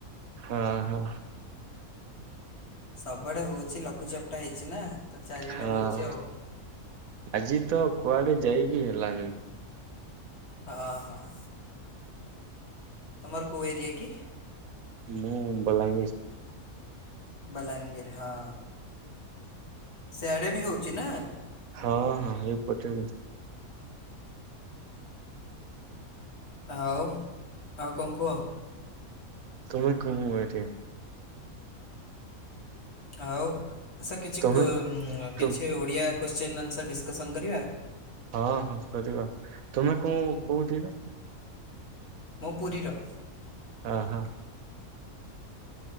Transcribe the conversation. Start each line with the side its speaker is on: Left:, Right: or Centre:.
Right: ହଁ ହଁ।
Left: ସବୁଆଡେ ହଉଛି ଲଘୁଚାପ ଟା ହେଇଛି ନା ତ ଚାରିଆଡେ
Right: ହଁ
Left: ହଉଛି ଆଉ।
Right: ଆଜି ତ କୁଆଡେ ଯାଇକି ହେଲାନି
Left: ହଁ ହଁ। ତମର କୋଉ ଏରିଆ କି?
Right: ମୁଁ ବଲାଙ୍ଗୀର
Left: ବଲାଙ୍ଗୀର ହଁ ସେଆଡେ ବି ହଉଛି ନା?
Right: ହଁ ହଁ ଏଇପଟେ ବି
Left: ଆଉ ଆଉ କଣ କୁହ?
Right: ତୁମେ <unintelligible> କଟ <unintelligible>
Left: ଆଉ ଆସ <unintelligible> କିଛି
Right: ତମେ
Left: କିଛି
Right: ତୁ
Left: ଓଡ଼ିଆ କୋଶ୍ଚିନ୍ ଆନ୍ସର ଡିସକସନ୍ କରିବା?
Right: ହଁ ହଁ କରିବା ତୁମେ କୋଉ କୋଉଠିର?
Left: ମୁଁ ପୁରୀର।
Right: ହ ହଁ,